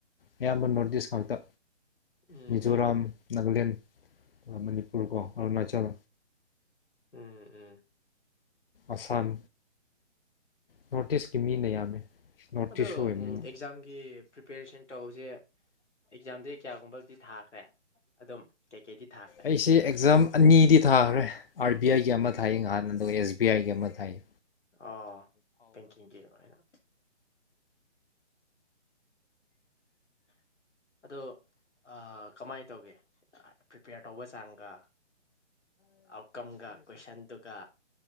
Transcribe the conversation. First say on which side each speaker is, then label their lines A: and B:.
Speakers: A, on the left (about 55°); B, on the left (about 85°).
A: ꯑꯌꯥꯝꯕ ꯅꯣꯔꯠ ꯏꯁ ꯉꯥꯛꯇ
B: ꯎꯝ
A: ꯃꯤꯖꯣꯔꯥꯝ
B: ꯎꯝ
A: ꯅꯥꯒꯥꯂꯦꯟ ꯃꯅꯤꯄꯨꯔ ꯀꯣ ꯑꯔꯨꯅꯥꯆꯜ
B: ꯎꯝ ꯎꯝ
A: ꯑꯁꯥꯝ ꯅꯣꯔꯠ ꯏꯁꯀꯤ ꯃꯤꯅ ꯌꯥꯝꯃꯦ ꯅꯣꯔꯠ
B: ꯑꯗꯣ
A: ꯏꯁ ꯑꯣꯏꯕꯅꯤꯅ
B: ꯑꯦꯛꯖꯥꯝꯒꯤ ꯄ꯭ꯔꯤꯄꯦꯔꯦꯁꯟ ꯇꯧꯕꯁꯦ ꯑꯦꯛꯖꯥꯝꯗ ꯀꯌꯥꯒꯨꯝꯕꯕꯨꯗꯤ ꯊꯥꯈ꯭ꯔꯦ ꯑꯗꯨꯝ ꯀꯩꯀꯩꯗꯤ ꯊꯥꯈ꯭ꯔꯦ
A: ꯑꯩꯁꯦ ꯑꯦꯛꯖꯥꯝ ꯑꯅꯤꯗꯤ ꯊꯥꯈ꯭ꯔꯦ ꯑꯥꯔ ꯕꯤ ꯑꯥꯏꯒꯤ ꯑꯃ ꯊꯥꯏꯌꯦ ꯅꯍꯥꯟ ꯑꯗꯨꯒ ꯑꯦꯁ ꯕꯤ ꯑꯥꯏꯒꯤ ꯑꯃ ꯊꯥꯏꯌꯦ
B: ꯑ ꯕꯦꯪꯀꯤꯪꯒꯤ ꯑꯣꯏꯅꯥ ꯑꯗꯣ ꯑꯥ ꯀꯃꯥꯏꯅ ꯇꯧꯒꯦ ꯄ꯭ꯔꯤꯄꯦꯌꯔ ꯇꯧꯕ ꯆꯥꯡꯒ ꯑꯥꯎꯠꯀꯝꯒ ꯀꯣꯏꯁꯟꯗꯨꯒ